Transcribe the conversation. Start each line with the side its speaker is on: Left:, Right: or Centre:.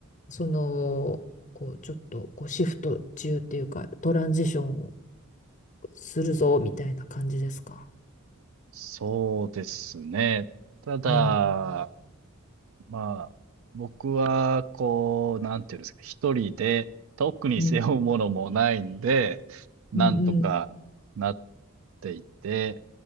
Left: その、こう、ちょっと、こう、シフト中っていうか、トランジションをするぞ、みたいな感じですか。
Right: そうですね。ただ、
Left: うん、
Right: まあ、僕は、こう、なんていうんですか、一人で、特に背負うものもないんで、
Left: うん、
Right: なんとかなっ
Left: うん、うん、
Right: ていて、